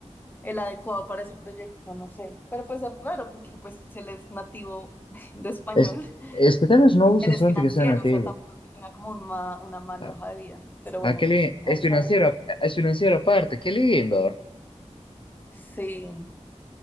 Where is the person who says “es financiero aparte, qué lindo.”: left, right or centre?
Left